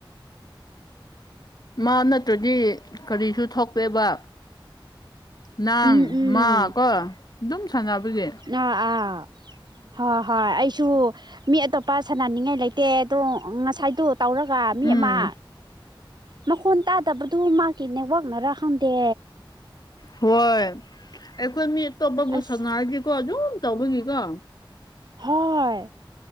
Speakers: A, on the left; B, on the right.
A: ꯃꯥ ꯅꯠꯇ꯭ꯔꯗꯤ ꯀꯔꯤꯁꯨ ꯊꯣꯛꯑꯦꯕ ꯅꯪ
B: ꯎꯝ ꯎꯝ
A: ꯃꯥ ꯀꯣ ꯑꯗꯨꯝ ꯁꯥꯟꯅꯕꯒꯤ
B: ꯑꯥ ꯑꯥ ꯍꯣꯏ ꯍꯣꯏ ꯑꯩꯁꯨ ꯃꯤ ꯑꯇꯣꯞꯄ ꯁꯥꯟꯅꯅꯤꯡꯉꯥꯏ ꯂꯩꯇꯦ ꯑꯗꯣ ꯉꯁꯥꯏꯗꯨ ꯇꯧꯔꯒ ꯃꯤ
A: ꯎꯝ
B: ꯑꯃ ꯃꯈꯣꯟ ꯇꯥꯗꯕꯗꯨ ꯃꯥꯒꯤ ꯅꯦꯋꯥꯛꯅꯔꯥ ꯈꯪꯗꯦ
A: ꯍꯣꯏ ꯑꯩꯈꯣꯏ ꯃꯤ ꯑꯇꯣꯞꯄꯕꯨ
B: ꯑꯁ
A: ꯁꯥꯅꯔꯗꯤꯀꯣ ꯑꯗꯨꯝ ꯇꯧꯕꯒꯤꯀꯣ
B: ꯍꯣꯏ